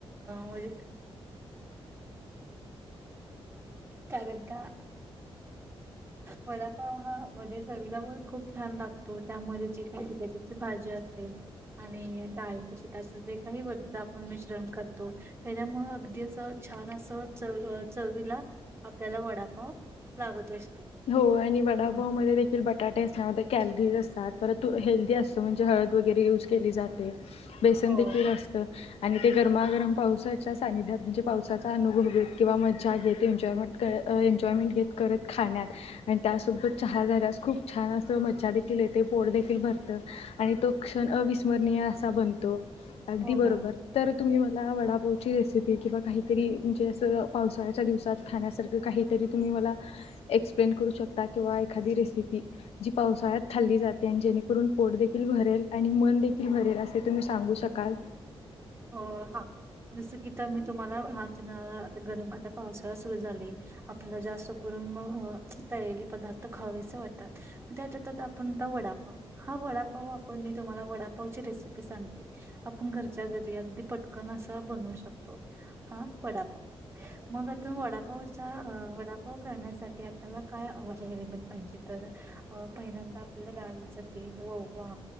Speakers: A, on the right (about 25°); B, on the left (about 80°).
A: म्हणजे कारण का वडापाव हा म्हणजे चवीला पण खूप छान लागतो तो त्यामध्ये जी काही बटाट्याची भाजी असेल आणि डाळीच पिठाचं जे काही वरच आपण मिश्रण करतो त्याच्यामुळं अगदी असं छान अस चव अ चवीला आपल्याला वडापाव लागत असतो
B: हो आणि वडापावमध्ये
A: हम्
B: देखील बटाटे असल्यामुळं ते कॅलरीज असतात पर तू हेल्दी असतो म्हणजे हळद वगैरे यूज केली जाते बेसन
A: हो
B: देखील असत आणि ते गरमागरम पावसाच्या सानिध्यात म्हणजे पावसाचा अनुभव घेत किंवा मज्जा घेत एन्जॉयमेंट एन्जॉयमेंट घेत करत खाण्यात आणि त्यासोबत चहा झाल्यास खूप छान अस मज्जा देखील ते पोट देखील भरत आणि तो क्षण अविस्मरणीय असा बनतो अगदी
A: हो
B: बरोबर
A: मॅम.
B: तर तुम्ही मला वडापाव ची रेसिपी किंवा काहीतरी म्हणजे असं पावसाळ्याच्या दिवसात खाण्या काहीतरी तुम्ही मला एक्सप्लेन करू शकता किंवा एखादी रेसिपी ज़ी पावसाळ्यात खाल्ली जाते अन जेणेकरून पोट देखील भरेल आणि मन देखील भरेल असे तुम्ही सांगू शकाल
A: हो हा जस की आता मी तुम्हाला गरम आता पावसाळा सुरू झालय आपलं जास्त कर तळलेले पदार्थ खावेसे वाटतात त्यातल्या त्यात आपण आता वडापाव हा वडा वडापाव आपण मी तुम्हाला वडापाव ची रेसिपी सांगते आपण घरच्या घरी अगदी पटकन असा बनवू शकतो हा वडापाव मग आता वडापाव असा वडापाव करण्यासाठी आपल्याला काय अव्हेलेबल पाहिजे तर पहिल्यांदा डाळीच पीठ ओवा